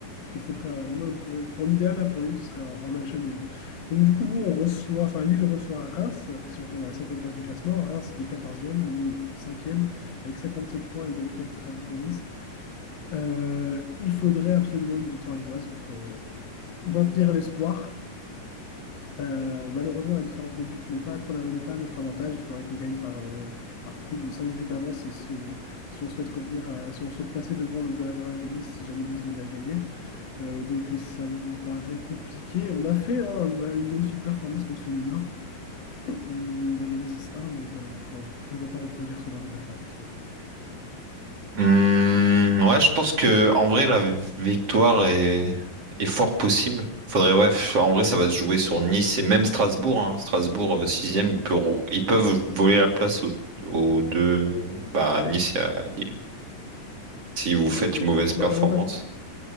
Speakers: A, on the left; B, on the right.
A: il faudrait un, moi, pour, pour l'idéal, là, pour Lille, ce serait un, un match nul. Donc, du coup, nous, on reçoit, enfin, Lille reçoit Reims, si on regarde à la cinquième place du classement, Reims qui est quatorzième Lille cinquième avec 57 points, à égalité avec Strasbourg et Nice. Euh, il faudrait absolument une victoire lilloise pour euh, maintenir l'espoir. Euh, malheureusement, la différence de but n'est pas, à trop- n'est pas à notre avantage. Il faudrait qu'on gagne par, euh, par plus de 5 buts d'avance si on, si on souhaite revenir à- si on souhaite passer devant le goal average de Nice si jamais Nice venait à gagner. Euh, donc euh, ça me paraît compliqué. On a fait hein, une magnifique performance contre Feyenoord. On a gagné six un, mais ça, je vois- je ne vois pas reproduire ce genre de performance.
B: Hum, ouais, je pense que en vrai la victoire est est fort possible. Faudrait ouais, f- en vrai ça va
A: Mhm.
B: se jouer sur Nice et même Strasbourg. Hein. Strasbourg euh, sixième, ils peuvent ils peuvent voler la place aux, aux deux bah à Nice et à Lille. si vous
A: Mhm.
B: faites une mauvaise
A: Bah,
B: performance.
A: l'avantage,